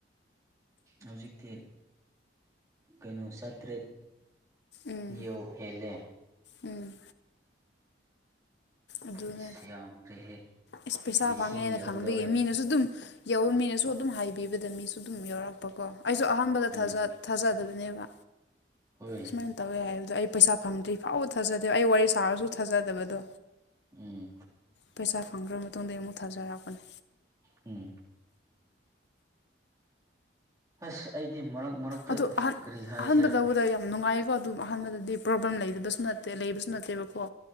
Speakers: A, on the right (about 15°); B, on the left (about 65°).
A: ꯍꯧꯖꯤꯛꯇꯤ ꯀꯩꯅꯣ ꯆꯥꯇ꯭ꯔꯦꯠ꯫
B: ꯎꯝ
A: ꯏꯌꯦ ꯍꯦꯂꯦ꯫
B: ꯎꯝ꯫ ꯑꯗꯨꯅ
A: ꯑꯁ ꯌꯥꯝꯈ꯭ꯔꯦꯍꯦ
B: ꯑꯁ ꯄꯩꯁꯥ
A: ꯂꯤꯁꯤꯡ
B: ꯐꯪꯉꯦꯅ
A: ꯌꯧꯒꯗꯧꯔꯦ
B: ꯈꯪꯕꯒꯤ ꯃꯤꯅꯁꯨ ꯑꯗꯨꯝ꯫ ꯌꯧ ꯃꯤꯅꯁꯨ ꯑꯗꯨꯝ ꯍꯥꯏꯕꯤꯕꯗ ꯃꯤꯁꯨ ꯑꯗꯨꯝ ꯌꯥꯎꯔꯛꯄꯀꯣ ꯑꯩꯁꯨ ꯑꯍꯥꯟꯕꯗ
A: ꯎꯝ
B: ꯊꯥꯖꯗꯕꯅꯦꯕ꯫
A: ꯍꯣꯏ꯫
B: ꯁꯨꯃꯥꯏꯅ ꯇꯧꯋꯦ ꯍꯥꯏꯕꯗꯣ ꯑꯩ ꯄꯩꯁꯥ ꯐꯪꯗ꯭ꯔꯤ ꯐꯥꯎꯕꯗ ꯊꯥꯖꯗꯦꯕ ꯑꯩ ꯋꯥꯔꯤ ꯁꯥꯔꯁꯨ ꯊꯥꯖꯗꯕꯗꯣ꯫
A: ꯎꯝ
B: ꯄꯩꯁꯥ ꯐꯪꯈ꯭ꯔ ꯃꯇꯨꯡꯗ ꯑꯃꯨꯛ ꯊꯥꯖꯔꯛꯄꯅꯤ꯫
A: ꯎꯝ꯫ ꯑꯁ ꯑꯩꯗꯤ ꯃꯔꯛ꯫ ꯃꯔꯛꯇ
B: ꯑꯗꫭ ꯑꯍꯥꯟ
A: ꯀꯔꯤ ꯍꯥꯏꯁꯤꯔꯥ
B: ꯑꯍꯥꯟꯕ ꯇꯧꯕꯗ ꯌꯥꯝ ꯅꯨꯡꯉꯥꯏ꯫ ꯑꯗꫭ ꯑꯗꯨꯝ ꯑꯍꯥꯟꯕꯗꯗꯤ ꯄ꯭ꯔꯣꯕ꯭ꯂꯦꯝ ꯂꯩꯗꯕꯁꯨ ꯅꯠꯇꯦ ꯂꯩꯕꯁꯨ ꯅꯠꯇꯦꯕꯀꯣ꯫